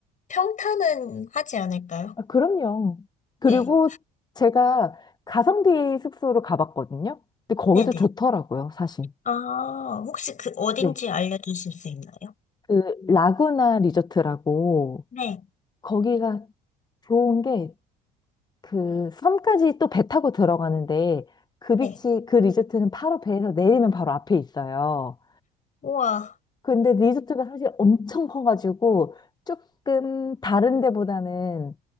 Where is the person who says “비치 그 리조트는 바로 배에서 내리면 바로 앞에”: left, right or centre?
Left